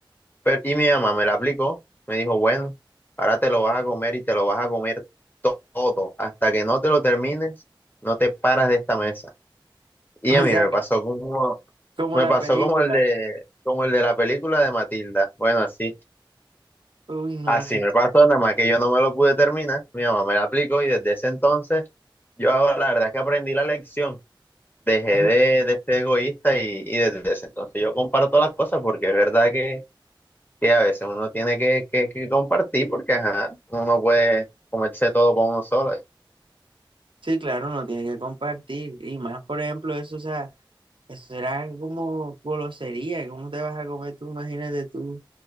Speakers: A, on the left; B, on the right.
A: Pero, y mi mamá me la aplicó, me dijo, bueno, ahora te lo vas a comer y te lo vas a comer to- todo. Hasta que no te lo termines, no te paras de esta mesa. Y
B: O
A: a mí
B: sea
A: me
B: que,
A: pasó como,
B: como
A: me
B: la
A: pasó
B: película.
A: como el de, como el de la película de Matilda. Bueno, así,
B: Uy, no,
A: así
B: que...
A: me pasó, nada más que yo no me lo pude terminar. Mi mamá me la aplicó y desde ese entonces yo hago, la verdad es que aprendí la lección. Dejé
B: <laughs>
A: de, de ser egoísta y, y desde ese entonces yo comparto las cosas porque es verdad que que a veces uno tiene que, que- que compartir porque ajá, uno no puede comerse todo por uno solo.
B: Sí, claro, no tiene que compartir. Y más, por ejemplo, eso, o sea, eso era como golosería. ¿Cómo te vas a comer tú? Imagínate tú.